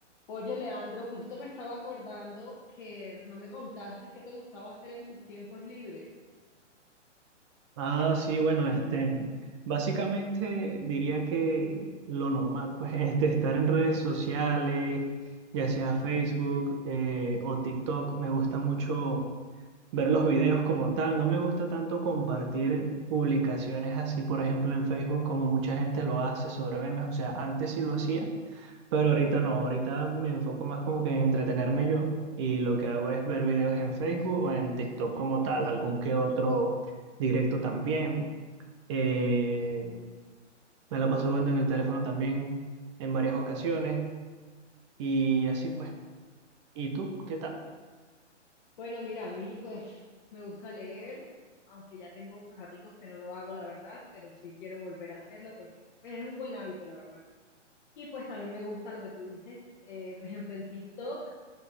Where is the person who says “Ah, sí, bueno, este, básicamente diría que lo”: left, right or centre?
Right